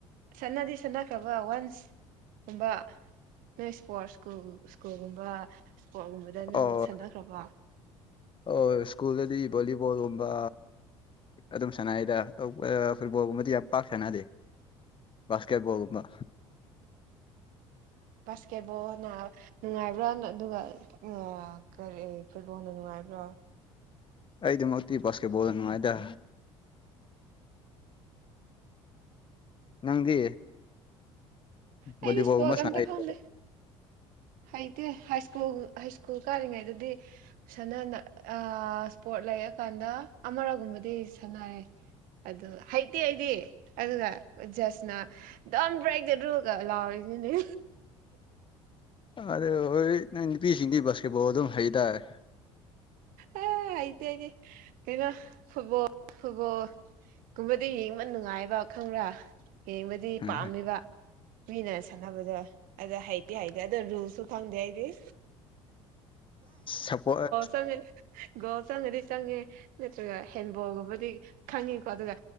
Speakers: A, on the right; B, on the left.
A: ꯁꯟꯅꯗꯤ ꯁꯅꯈ꯭ꯔꯕ ꯋꯥꯟꯁ ꯨꯀꯨꯝꯕ ꯅꯣꯏ ꯏꯁꯄꯣꯔꯠ ꯏꯁ꯭ꯀꯨꯜ- ꯏꯁ꯭ꯀꯨꯜꯒꯨꯝꯕ ꯏꯁꯄꯣꯔꯠ ꯒꯨꯝꯕꯗ ꯅꯪ
B: ꯑꯣ
A: ꯁꯥꯟꯅꯈ꯭ꯔꯕꯣ
B: ꯑꯣ ꯏꯁ꯭ꯀꯨꯜꯗꯗꯤ ꯚꯣꯂꯤꯕꯣꯜꯒꯨꯝꯕ ꯑꯗꯨꯝ ꯁꯥꯟꯅꯩꯗ ꯑꯇꯣꯞꯄ ꯐꯨꯠꯕꯣꯜꯒꯨꯝꯕꯗꯤ ꯌꯥꯝ ꯄꯥꯛ ꯁꯥꯟꯅꯗꯦ ꯕꯥꯁꯀꯦꯠꯕꯣꯜꯒꯨꯝꯕ
A: ꯕꯥꯁꯀꯦꯠꯕꯣꯜꯅ ꯅꯨꯡꯉꯥꯏꯕ꯭ꯔꯥ ꯑꯗꯨꯒ ꯑ ꯀꯔꯤ ꯐꯨꯠꯕꯣꯜꯅ ꯅꯨꯡꯉꯥꯏꯕ꯭ꯔꯣ
B: ꯑꯩꯗꯃꯛꯇꯤ ꯕꯥꯁꯀꯦꯠ ꯕꯣꯜꯅ ꯅꯨꯡꯉꯥꯏꯗ ꯅꯪꯗꯤ
A: ꯑꯩꯗꯤ
B: ꯕꯤꯂꯤꯕꯣꯜꯒꯨꯝꯕ
A: ꯏꯁꯄꯣꯔꯠ
B: ꯁꯥꯟꯅ
A: ꯑꯝꯇ
B: ꯍꯩꯇꯔꫭ
A: ꯈꯪꯗꯦ ꯍꯩꯇꯦ ꯍꯥꯏ ꯏꯁ꯭ꯀꯨꯜ ꯍꯥꯏ ꯏꯁ꯭ꯀꯨꯜ ꯀꯥꯔꯤꯉꯩꯗꯗꯤ ꯁꯅꯥ-ꯅ ꯑ -ꯏꯁꯄꯣꯔꯠ ꯂꯩꯔꯀꯥꯟꯗ ꯑꯃꯔꯒꯨꯝꯕꯗꯤ ꯁꯥꯟꯅꯔꯦ꯫ ꯑꯗꯨ ꯍꯩꯇꯦ ꯍꯗꯤ ꯑꯗꯨꯒ ꯖꯁꯅ ꯑꯗꯨꯝ <unintelligible> ꯕ꯭ꯔꯦꯛꯗ ꯑꯗꯨꯒ ꯂꯥꯎꯔꯤꯅꯤꯅꯦ
B: ꯑꯗꯨ ꯍꯣꯏ ꯅꯪ ꯅꯨꯄꯤꯁꯤꯡꯗꯤ ꯕꯥꯁꯀꯦꯠꯕꯣꯜ ꯑꯗꯨꯝ ꯍꯩꯇꯥꯔꯦ
A: ꯑ ꯑꯩꯗꯤ ꯍꯥꯏꯗꯤ ꯀꯩꯅꯣ ꯐꯨꯠꯕꯣꯜ ꯐꯨꯠꯕꯣꯜ ꯀꯨꯝꯕꯗ ꯌꯦꯡꯕ ꯅꯨꯡꯉꯥꯏꯕ ꯈꯪꯕ꯭ꯔꯥ ꯌꯦꯡꯕꯗꯤ
B: ꯎꯝ
A: ꯄꯥꯝꯃꯤꯕ ꯃꯤꯅ ꯁꯥꯟꯅꯕꯗꯣ ꯑꯗ ꯍꯩꯇꯦ ꯍꯩꯇꯦ ꯑꯗ ꯔꯨꯁꯨ ꯈꯪꯗꯦ ꯍꯥꯏꯗꯤꯅ
B: ꯁꯞꯄꯣꯔꯠ
A: ꯆꯪꯉꯦ ꯒꯍ ꯆꯪꯉꯗꯤ ꯆꯪꯉꯦ ꯅꯠꯇ꯭ꯔꯒ ꯍꯦꯟꯕꯣꯜꯒꯨꯝꯕꯗꯤ ꯈꯪꯉꯤꯀꯣ ꯑꯗꯨꯒ